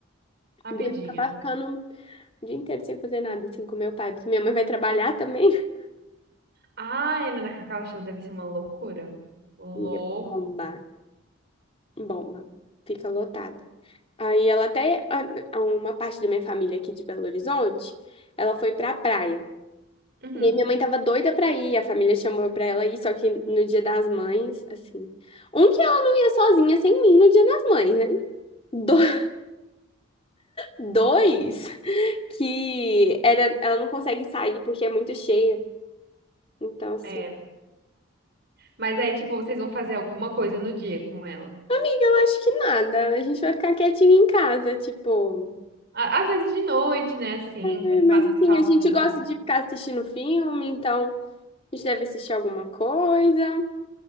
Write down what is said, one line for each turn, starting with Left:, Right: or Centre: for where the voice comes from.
Right: Rapidinha.
Left: devo acabar ficando o dia inteiro sem fazer nada, assim, com meu pai, porque minha mãe vai trabalhar também. <laughs>
Right: Ah, é, na Cacau Show deve ser uma loucura. Loucura.
Left: Amiga, bomba. Bomba. Fica lotado. Aí ela até, a- uma parte da minha família aqui de Belo Horizonte, ela foi pra praia.
Right: Uhum.
Left: E aí minha mãe tava doida pra ir, a família chamou pra ela ir, só que no Dia das Mães, assim. Um, que ela não ia sozinha sem mim no Dia das Mães, né? Do- <laughs> dois, que era, ela não consegue sair porque é muito cheia. Então, assim,
Right: É. Mas aí, tipo, vocês vão fazer alguma coisa no dia com ela.
Left: amiga, eu acho que nada. A gente vai ficar quietinha em casa, tipo.
Right: Á- Às vezes de noite, né? Assim,
Left: "É,
Right: quando
Left: Mas
Right: passar
Left: assim, a
Right: o
Left: gente
Right: flu.
Left: gosta de ficar assistindo filme, então. A gente deve assistir alguma coisa,